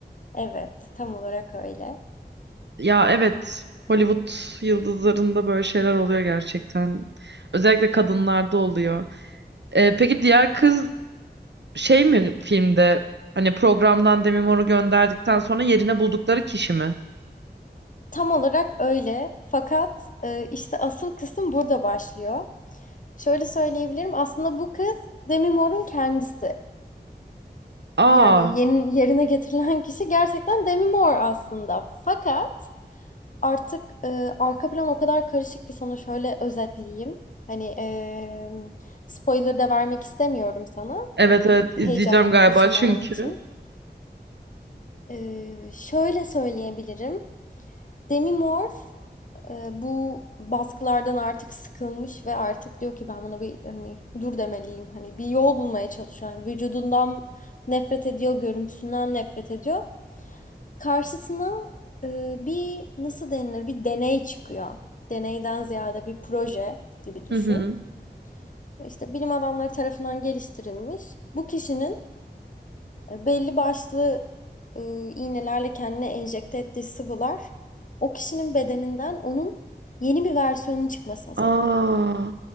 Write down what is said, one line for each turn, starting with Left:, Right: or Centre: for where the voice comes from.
Left: Evet, tam olarak öyle.
Right: Ya evet, Hollywood yıldızlarında böyle şeyler oluyor gerçekten. Özellikle kadınlarda oluyor. Ee, peki diğer kız şey mi filmde hani programdan Demi Moore'u gönderdikten sonra yerine buldukları kişi mi?
Left: Tam olarak öyle. Fakat e, işte asıl kısım burada başlıyor. Şöyle söyleyebilirim. Aslında bu kız Demi Moore'un kendisi.
Right: Aa,
Left: Yani yeni, yerine getirilen kişi gerçekten Demi Moore aslında. Fakat Artık e, arka plan o kadar karışık ki sana şöyle özetleyeyim. Hani e, spoiler da vermek istemiyorum sana.
Right: evet
Left: Hani
Right: evet izleyeceğim
Left: heyecanını
Right: galiba
Left: kaçırmaman
Right: çünkü.
Left: için. E, şöyle söyleyebilirim. Demi Moore e, bu baskılardan artık sıkılmış ve artık diyor ki ben buna bir hani dur demeliyim. Hani bir yol bulmaya çalışıyor. Yani vücudundan nefret ediyor, görüntüsünden nefret ediyor. karşısına e, bir nasıl denilir bir deney çıkıyor. Deneyden ziyade bir proje gibi düşün.
Right: Hı hı.
Left: İşte bilim adamları tarafından geliştirilmiş. Bu kişinin e, belli başlı e, iğnelerle kendine enjekte ettiği sıvılar o kişinin bedeninden onun yeni bir versiyonun çıkmasına
Right: Aa,
Left: sebep oluyor.